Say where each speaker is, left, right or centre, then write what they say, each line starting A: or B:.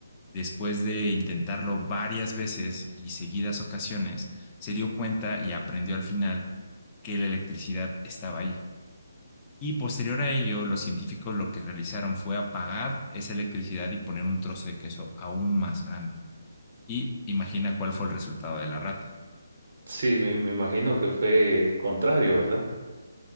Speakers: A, on the left; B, on the right.
A: Después de intentarlo varias veces y seguidas ocasiones, se dio cuenta y aprendió al final que la electricidad estaba ahí. Y posterior a ello, los científicos lo que realizaron fue apagar esa electricidad y poner un trozo de queso aún más grande. Y imagina cuál fue el resultado de la rata.
B: Sí, me, me imagino que fue contrario, ¿verdad?